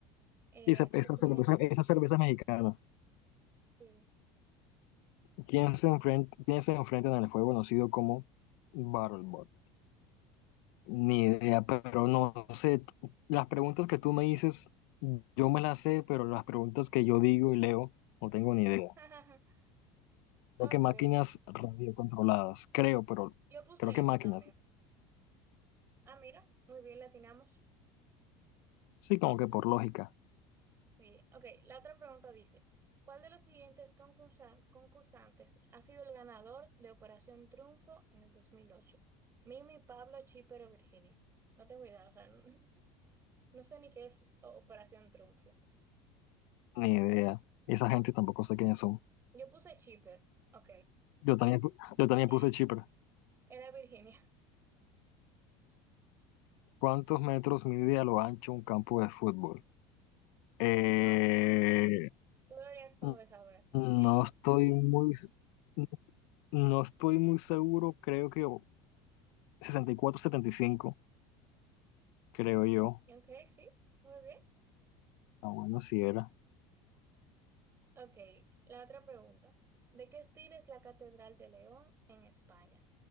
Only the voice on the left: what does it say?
Y esa,
esa
cerveza,
esa cerveza mexicana.
¿Quién se enfrenta, quién se enfrenta en el juego conocido como Battlebot? Ni idea, pero no sé. Las preguntas que tú me dices, yo me las sé, pero las preguntas que yo digo y leo, no tengo ni idea.
Creo que máquinas radiocontroladas, creo, pero
creo que
máquinas.
Sí, como que por lógica,
ni idea. Esa gente tampoco sé quiénes son.
Yo también, pu- yo también
puse Chipre.
¿Cuántos metros mide a lo ancho un campo de fútbol? Eh,
n-
no
estoy muy, s- n- no estoy muy seguro, creo que o- 64, 75, creo yo.
Ah, bueno, si era.